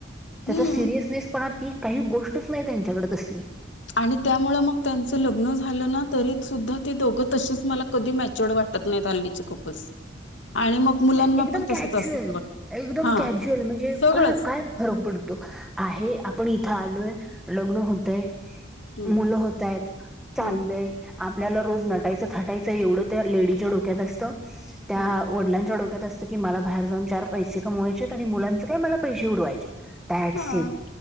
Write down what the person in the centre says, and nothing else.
त्याचा
सिरयसनेस पणा ती काही गोष्टच नाही त्यांच्याकडे तसली
एकदम
कॅज्युअल
एकदम
कॅज्युअल म्हणजे
का काय फरक पडतो आहे
आपण इथ लूय लग्न होतय
मुलं होतय चाललंय
आपल्याला रोज नटायचं थटायचं एवढं त्या डीच्या डोक्यात असतं त्या
डं डोकत की मला बाहेर जाऊन चार पैसे कमवायचे आणि मुलांच काय मला पैसे उडवायचे द
स